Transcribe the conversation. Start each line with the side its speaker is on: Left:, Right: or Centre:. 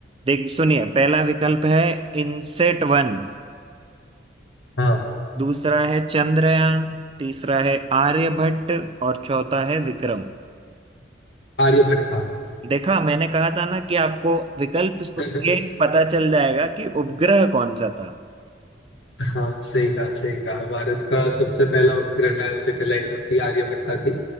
Right: देख सुनिए पहला विकल्प है इनसेट वन
Left: हाँ
Right: दूसरा है चंद्रयान तीसरा है आर्यभट्ट और चौथा है विक्रम
Left: आर्यभट्ट था
Right: देखा मैंने कहा था ना कि आपको विकल्प सुन
Left: <laughs>
Right: के पता चल जाएगा कि उपग्रह कौन सा था
Left: हाँ सही कहा सही कहा भारत का सबसे पहला उपग्रह सैटेलाइट जो थी आर्यभट्ट थी